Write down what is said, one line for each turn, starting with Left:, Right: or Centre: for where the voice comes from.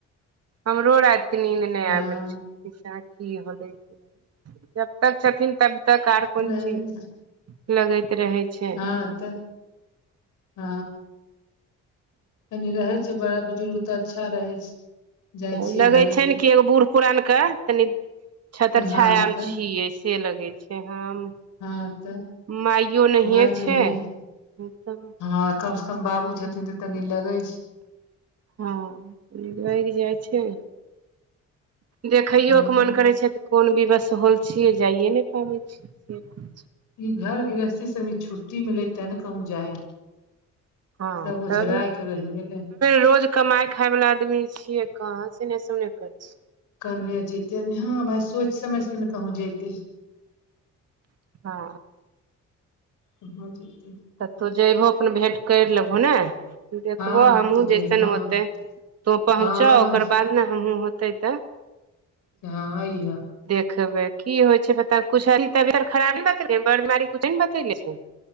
Right: हमरो राति के नींद नहि
Left: हँ
Right: आबै छै पिसाक की होलै जब तक छथिन तब तक आर कोन
Left: नहि
Right: चीज लगैत रहै छै
Left: हँ तऽ हँ कनि रहै छै बड़ा बुजुर्ग तऽ अच्छा रहै छै जाइ
Right: तऽ
Left: छियै
Right: लगै
Left: घरे
Right: छै
Left: तऽ
Right: ने कि एगो बूढ़ पुरान के तनि छतर छाया
Left: हँ
Right: मे
Left: तऽ
Right: छियै से लगै छै हम
Left: हँ तऽ
Right: माइयो नहि
Left: माय नहिये
Right: छै तब
Left: हँ कम से कम बाबू छथिन तऽ तनी लगै छै
Right: हँ लागि जाइ छै देखैयो
Left: हँ
Right: के मन करै छै तऽ कोन विवश होइ छियै जाइए नहि पाबै छियै से
Left: ई घर गृहस्थी से छुट्टी मिलै तब ने कहूं जाय
Right: हँ
Left: सब ओझराय
Right: तब
Left: के रहि गेलै
Right: रोज कमाय खाय बाला आदमी छियै कहाँ से नहिने करथिन
Left: कने जेते हँ भाइ सोचि समझ के ने कहूँ जतै
Right: छियै हँ
Left: कहाँ जतै
Right: तऽ तू जयबहो अपन भेँट करि लेबहो ने देखबो
Left: हँ
Right: हमहुँ
Left: तऽ
Right: जैसन
Left: जे हँ
Right: होते तो पहुँच
Left: हँ
Right: ओकर
Left: बस
Right: बाद ने हमूँ होतय तऽ
Left: यहां आइह
Right: देखबै की होइ छै पता कुछ तबियत खराब ने बतेले बड़ बिमारी कुछ नै ने बतेले छै